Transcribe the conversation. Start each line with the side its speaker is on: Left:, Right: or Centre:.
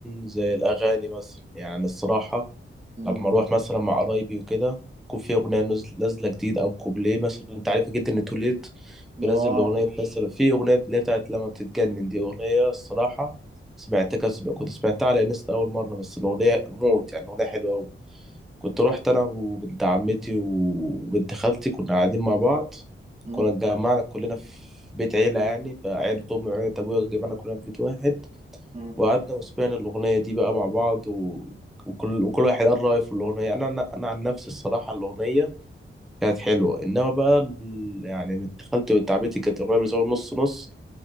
Centre: زي الأغاني مثلا يعني أنا الصراحة
Right: امم
Centre: لما أروح مثلا مع قرايبي وكده يكون في أغنية نز- نازلة جديد أو كوبليه مثلا أنت عارف جدا إن توليت بينزل
Right: اه
Centre: الأغنية مثلا في أغنية اللي هي بتاعت لما بتتجنن دي أغنية الصراحة سمعتها كنت سمعتها على انستا أول مرة بس الأغنية موت يعني أغنية حلوة أوي كنت روحت انا وبنت عمتي وبنت خالتي كنا قاعدين مع بعض
Right: امم
Centre: كنا اتجمعنا كلنا في بيت عيلة يعني بقى عيلة أمي وعيلة أبويا اتجمعنا كلنا في بيت واحد
Right: امم
Centre: وقعدنا وسمعنا الأغنية دي بقى مع بعض و... وكل وكل واحد قال رأيه في الأغنية أنا أنا أنا عن نفسي الصراحة الأغنية كانت حلوة إنما بقى ال... يعني بنت خالتي وبنت عمتي كانت الأغنية بالنسبة لهم نص نص